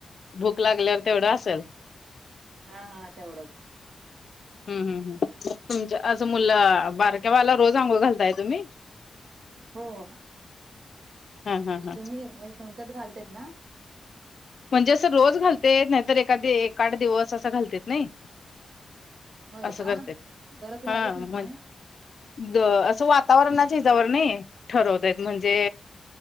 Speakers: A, on the left; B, on the right.
A: भूक लागल्यावर तेवढं असेल...
B: हा हा तेवढंच....
A: हम् हम्म ह तुमच असं मुललं बारक्याबाळाला रोज अंघोळ घालताय तुम्ही.....
B: हो....
A: हा हा हा
B: तुम्ही म्हणजे सोमट्यात घालता ना....
A: म्हणजे असं रोज घालते नाहीतर एखादी ए आठ दिवस असं घालत नाही....
B: होय
A: असं
B: का
A: करते
B: दररोज
A: हा
B: घालत नाही
A: म....
B: तुम्ही
A: द असं वातावरणाच्या हिच्यावर नाही ठरवतेत म्हणजे.....